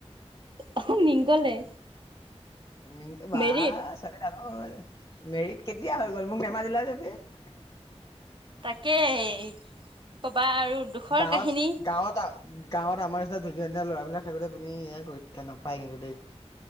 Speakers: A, on the right; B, on the left.
A: অ মিংগলে।
B: মিং বা
A: মেৰিত
B: ছোৱালী ডাঙৰ হল, মেৰিড কেতিয়া হ'ল? কিহল মোক নামাতিলা যে বিয়াত?
A: তাকেই। কি ক'বা আৰু দুখৰ
B: গাঁৱত
A: কাহিনী।
B: গাঁৱত গাঁৱত আমাৰ নিচিনা ধুনীয়া ধুনীয়া লৰাবিলাক থাকোতে তুমি এয় কৰিছা নাপাই কিন্তু দেই।